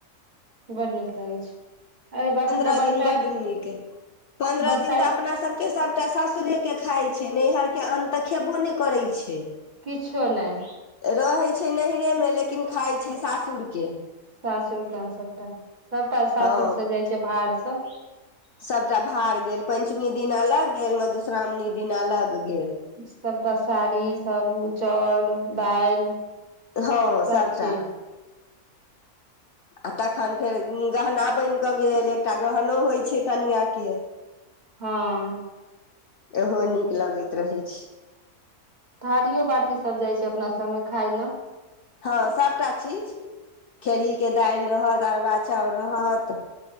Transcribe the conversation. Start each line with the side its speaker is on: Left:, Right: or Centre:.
Right: बड नीक लागै छै एहिबेर एखन
Left: पंन्द्रह
Right: तऽ बरसाइत
Left: दिन बड नीक पन्द्रह
Right: बरसाइत
Left: दिन तऽ अपना सब के सबटा सासुरे के खाय छै नैहर के अन्न तऽ खेबो ने करै छै
Right: किछो नहि
Left: रहैत छै नैहरेमे लेकिन खाइ छै सासुरके
Right: सासुर केन सभटा सभटा सासुर
Left: हँ
Right: से जाइ छै भाड़ सब
Left: सभटा भार गेल पञ्चमी दिन अलग गेल मधुश्रावणी दिन अलग गेल
Right: सबटा साड़ी सब चाउर दालि
Left: हँ
Right: सब
Left: सबटा
Right: चीज
Left: आ तखन फेर गहना बनि कऽ गेल एकटा गहनो होइत छै कनिआँके
Right: हँ
Left: इहो नीक लगैत रहै छै
Right: थारियो बाटी सब जाइ छै अपना सबमे खााय ल
Left: हँ सभटा चीज खेरही के दालि रहत अरबा चाउर रहत